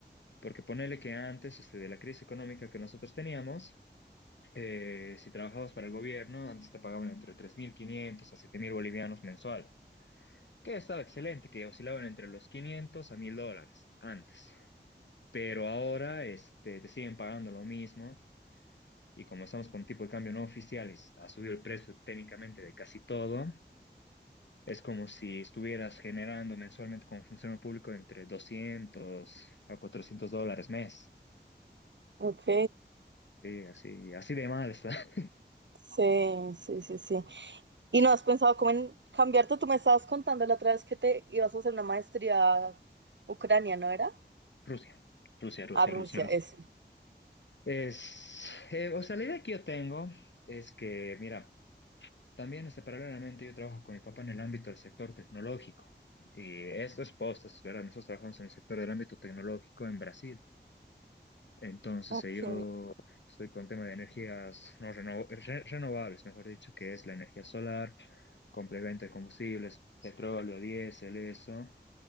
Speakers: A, on the left; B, on the right.
A: porque ponele que antes este, de la crisis económica que nosotros teníamos, eh, si trabajabas para el gobierno, antes te pagaban entre 3.500 a 7.000 bolivianos mensual. que estaba excelente, que oscilaban entre los 500 a 1000 dólares antes. Pero ahora este, te siguen pagando lo mismo y como estamos con tipo de cambio no oficial y s- ha subido el precio técnicamente de casi todo, es como si estuvieras generando mensualmente como funcionario público entre 200 a 400 dólares mes.
B: Ok,
A: Sí, así, así de mal está. <laughs>
B: sí, sí, sí, sí. ¿Y no has pensado cómo en cambiarte? Tú me estabas contando la otra vez que te ibas a hacer una maestría a Ucrania, ¿no era?
A: Rusia, Rusia, Rusia,
B: A
A: Rusia,
B: Rusia,
A: Rusia.
B: eso.
A: Es, eh, o sea, la idea que yo tengo es que, mira, También, este, paralelamente, yo trabajo con mi papá en el ámbito del sector tecnológico. Y esto estos postes, ¿verdad? Nosotros trabajamos en el sector del ámbito tecnológico en Brasil. Entonces,
B: Ok,
A: eh, yo estoy con tema de energías no reno- re- renovables, mejor dicho, que es la energía solar, compra y de combustibles, petróleo, diésel, eso,